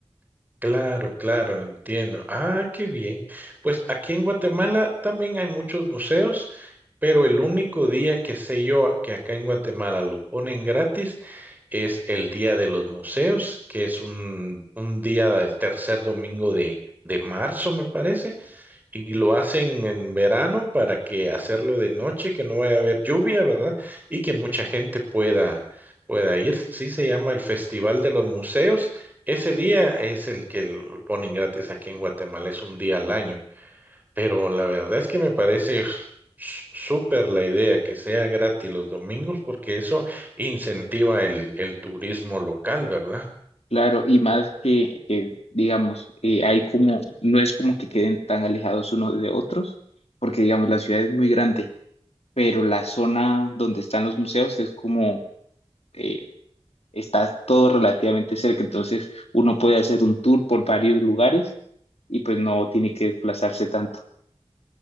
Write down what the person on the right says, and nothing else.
Claro, claro, lo entiendo. Ah, qué bien. Pues aquí en Guatemala también hay muchos museos, pero el único día que sé yo que acá en Guatemala lo ponen gratis es el Día de los Museos, que es un, un día del tercer domingo de, de marzo, me parece. Y lo hacen en verano para que hacerlo de noche, que no vaya a haber lluvia, ¿verdad? Y que mucha gente pueda, pueda ir. Sí, se llama el Festival de los Museos. Ese día es el que lo ponen gratis aquí en Guatemala, es un día al año. Pero la verdad es que me parece s- s- súper la idea que sea gratis los domingos, porque eso incentiva el, el turismo local, ¿verdad?